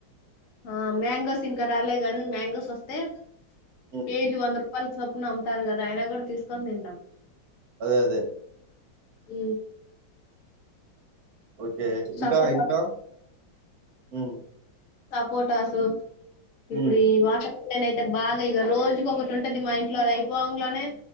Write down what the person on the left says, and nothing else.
ఆ మ్యాంగోస్ ఇంకా రాలే గానీ మ్యాంగోస్ వస్తే
కేజి వంద రూపా ప్పల చొప్పున అమ్తారు కదా అయినా కూడా తీసుకొని తింటాం
అ
సపోర్ట్
సపోటాసు
ఇప్పుడి వాట నన అయితే బాగా ఇక రోజుకి ఒకటి ఉంటది మా ఇంట్లో అది అయిపోవ లోనే